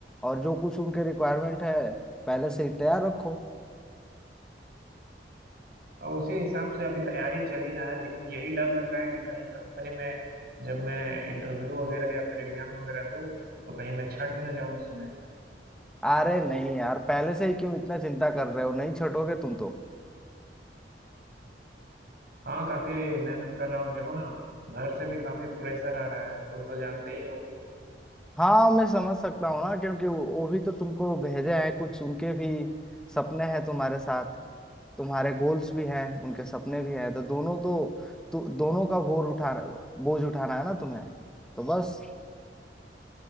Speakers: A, in the centre; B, on the right.
A: और जो कुछ उनके रिक्वायरमेंट है पहले से ही तैयार रखो
B: और उसी हिसाब से अभी तैयारी चल ही रहा है लेकिन यही डर लग रहा है कि कहीं कंपनी में जब मैं इंटरव्यू वगैरह या फिर एग्जाम वगैरह दूँ तो कहीं मैं छट न जाऊँ उसमें
A: अरे नहीं यार पहले से ही क्यों इतना चिंता कर रहे हो नहीं छटोगे तुम तो
B: हाँ काफी मेहनत कर रहा हूँ देखो ना घर से भी काफी प्रेशर आ रहा है तुम तो जानते ही हो
A: हाँ मैं समझ सकता हूँ ना क्योंकि वो वो भी तो तुमको भेजे हैं कुछ उनके भी सपने हैं तुम्हारे साथ तुम्हारे गोल्स भी हैं उनके सपने भी हैं तो दोनों तो तु, दोनों का बोझ उठा बोझ उठाना है ना तुम्हें तो बस